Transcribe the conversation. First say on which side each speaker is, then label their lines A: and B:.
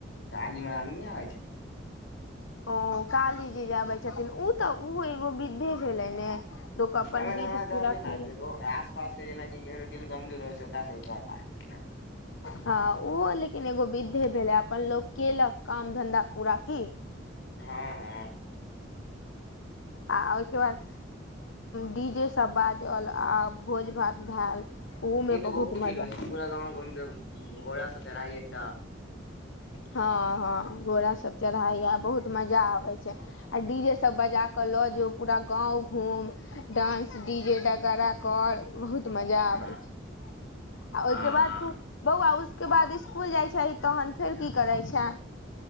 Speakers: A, on the left; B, on the left.
A: काली महारानी नय आब‌इ छै।
B: ओ काली जी जे आबै छथिन, उ तऽ उ एगो विद्धे भेलै ने लोक अपन
A: घर में त
B: विध
A: हमरा डर
B: पूरा
A: नहि लागतै
B: केलक
A: एगो एस पास के जेनाकि केकरो दिल गमजोर होइ छै, ओकरा सबके डर लागतै ने
B: हँ उ लेकिन एगो विद्धे भेलै, अपन लोक केलक काम धन्धा पूरा की
A: हँ-हँ
B: आ ओहिके बाद डी जेे सब बाजल, आ भोज-भात भैल। उहूं
A: ई
B: में
A: तऽ बहुते
B: बहुत
A: भीड़
B: मजा
A: होइ छै पूरा गाँव घूमिक, घोड़ा स चढ़ाइ एकटा
B: हँ-हँ घोड़ा सब चढ़ाय या बहुत मजा आबै छै। आ डी जेे सब बजा क लऽ जो, पूरा गाँंव घूम डांस डी जे डगारा कर बहुत मजा
A: हँ
B: आबै छै, आ ओहिके
A: हँ
B: बाद
A: हँ
B: तू बौआ उसके बाद स्कुल जाइ छहि, तहन फेर की करै छै।